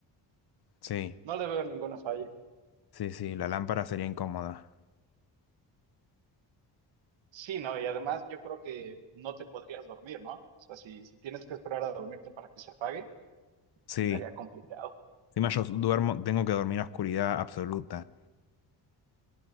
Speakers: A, on the left; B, on the right.
A: Sí,
B: No le veo ninguna falla.
A: sí, sí, la lámpara sería incómoda.
B: Sí, no, y además yo creo que no te podrías dormir, ¿no? O sea, si, si tienes que esperar a dormirte para que se apague,
A: Sí,
B: estaría complicado.
A: encima yo duermo, tengo que dormir en oscuridad absoluta.